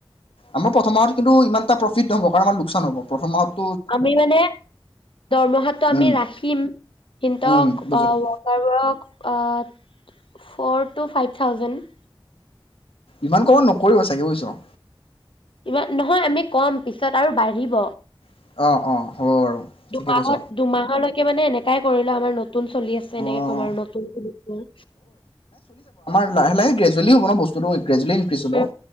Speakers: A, on the left; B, on the left.
A: আমাৰ প্ৰথম মাহত কিন্তু, ইমানটা প্ৰফিট ফ্ৰীত নহ'ব কাৰণ, আমাৰ লোকচান হ'ব প্ৰথম মাহত
B: আমি মানে, দৰমহাটো আমি
A: উম,
B: ৰাখিম, সিহঁতক
A: উম, বুজিলোঁ
B: অ, ৱৰ্কেৰবোৰক আত ফৌৰ টো ফাইভ থাউজেণ্ড।
A: ইমান কমত নকৰিব, চাগে বুজিছ।
B: ইমান নহয়, আমি কম পিছত আৰু বাঢ়িব।
A: অঁ অঁ হ'ব বাৰু
B: দুমাহত,
A: ঠিকে কৈছ
B: দুমাহলৈকে মানে এনেকাই ধৰিলো আমাৰ নতুন নতুন চলি আছে,
A: অঁ
B: এনেকে কম আৰু নতুন
A: লাহ, লাহে, গ্ৰদুৱেলী হ'ব ন বস্তুটো। গ্ৰদুৱেলি ইনক্ৰ্ৰীজ হ'ব,
B: উম